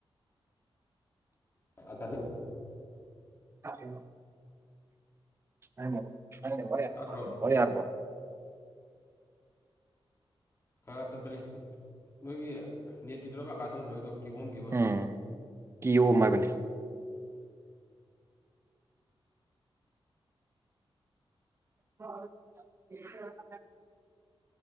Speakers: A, on the left; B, on the right.
A: <unintelligible>
B: <unintelligible> <unintelligible> ꯍꯣꯔꯦꯟ
A: ꯇꯥꯗ꯭ꯔꯣ
B: ꯌꯥꯔꯕꯣ
A: ꯈꯒꯥ ꯇꯠꯄꯅꯦ ꯅꯣꯏꯒꯤ ꯅꯦꯠꯀꯤꯗꯨꯔꯥꯕ ꯑꯀꯥꯁꯅ ꯊꯝꯃꯛꯏꯗꯣ ꯀꯤꯍꯣꯝꯒꯤ ꯑꯃꯥ
B: ꯎꯝ ꯀꯤꯌꯣꯝ ꯍꯥꯏꯕꯅꯦ <unintelligible>